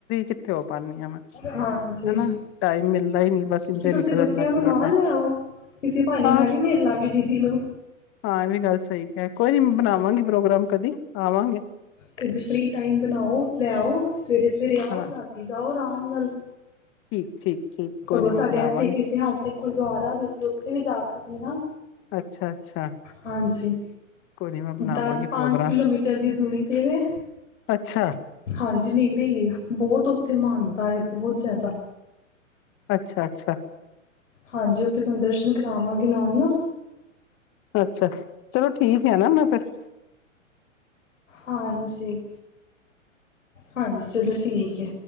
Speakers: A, on the left; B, on the left.
A: ਅੱਛਰੀ ਓ ਪਾਦੀ ਆਾਂ ਮੈਂ
B: ਹਾਂਜੀ
A: ਹਨਾ ਟਾਈਮ ਮਿਲਦਾ ਹੀ ਨਹੀਂੀ ਬਸ ਇੰਝੇ
B: ਤੇ ਤੁਸੀਂ
A: ਨਿਕਲ
B: ਬੱਚਿਆਂ
A: ਜਾਂਦਾ
B: ਨੂੰ
A: ਪੂਰਾ
B: ਨਾਲ
A: ਟਾਈਮ
B: ਲੈ ਆਓ ਇਸੇ ਭਾਨੇ
A: ਹਾਂ
B: ਮੈਂ ਵੀ ਮਿਲ ਲਾਂਗੀ ਦੀਦੀ ਨੂੰ
A: ਹਾਂ ਇਹ ਵੀ ਗੱਲ ਸਹੀ ਕ ਕੋਈ ਨੀ ਬਣਾਵਾਂਗੀ ਪ੍ਰੋਗਰਾਮ ਕਦੀ ਆਵਾਂਗੇ
B: ਕਦੇ ਫ੍ਰਰੀ ਟਾਈਮ ਬਣਾਓ ਲੈਓ ਸਵੇਰੇ ਸਵੇਰੇ ਆਓ
A: ਹਾਂ
B: ਰਾਤੀ ਜਾਓ ਆਰਾਮ ਨਾਲ
A: ਠੀਕ ਠੀਕ ਠੀਕ ਕੋਈ
B: ਸਗੋਂ
A: ਨੀ ਮੈਂ
B: ਸਾਡੇ
A: ਬਣਾਵਾਂਗੀ
B: ਇੱਥੇ ਇੱਕ ਇਤਿਹਾਸਿਕ ਗੁਰਦੁਆਰਾ ਵੀ ਅਸੀਂ ਉੱਥੇ ਵੀ ਜਾ ਸਕਦੇ ਹਾਂ
A: ਅੱਛਾ ਅੱਛਾ
B: ਹਾਂਜੀ
A: ਕੋਈ ਨੀ ਮੈਂ ਬਣਾਵਾਂਗੀ
B: ਦਸ ਪੰਜ
A: ਪ੍ਰੋਗਰਾਮ
B: ਕਿਲੋਮੀਟਰ ਦੀ <unintelligible> ਕਿਵੇਂ
A: ਅੱਛਾ
B: ਹਾਂਜੀ ਨੇਗੜੇ ਹੀ ਬਹੁਤ ਉੱਥੇ ਮਾਨਤਾ ਹੈ ਬਹੁਤ ਜ਼ਿਆਦਾ
A: ਅੱਛਾ ਅੱਛਾ
B: ਹਾਂਜੀ ਉ ਤੁਹਾਨੂੰ ਦਰਸ਼ਨ ਕਰਾਵਾਂਗੇ ਨਾਲ ਨਾ
A: ਅੱਛਾ ਚਲੋ ਠੀਕ ਆ ਨਾ ਮੈਂ ਫਿਰ
B: ਹਾਂਜੀ ਹਾਂਜੀ ਚਲੋ ਠੀਕ ਹੈ